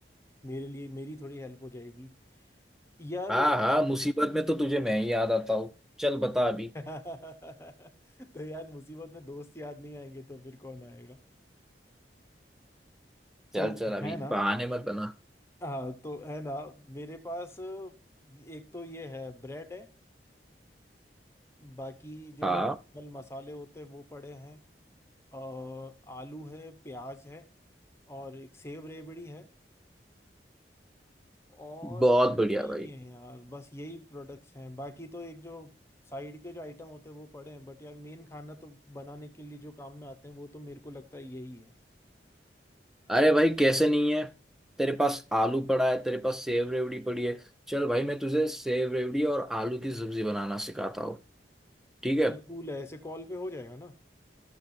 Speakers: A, on the left; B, in the centre.
A: मेरे लिए मेरी थोड़ी हेल्प हो जाएगी यार
B: हाँ हाँ मुसीबत में तो तुझे मैं ही याद आता हूँ चल बता अभी
A: <laughs> तो यार मुसीबत में दोस्त याद नहीं आएंगे तो फिर कौन आएगा
B: चल
A: तो
B: चल अभी
A: है ना
B: बहाने मत बना
A: हाँ तो है ना मेरे पास एक तो ये है ब्रेड है बाकी जो
B: हाँ
A: नॉर्मल मसाले होते हैं वो पड़े हैं और आलू है प्याज है और एक सेव रेबड़ी है और
B: बहुत बढ़िया
A: नहीं
B: भाई
A: है यार बस यही प्रोडक्ट्स हैं बाकी तो एक जो साइड के जो आइटम होते हैं वो पड़े हैं बट यार मेन खाना तो बनाने के लिए जो काम में आते हैं वो तो मेरे को लगता है यही है
B: अरे भाई कैसे नहीं है तेरे पास आलू पड़ा है तेरे पास सेव रेवड़ी पड़ी है चल भाई मैं तुझे सेव रेवड़ी और आलू की सब्जी बनाना सिखाता हूँ ठीक है
A: चल कूल है ऐसे कॉल पे हो जाएगा ना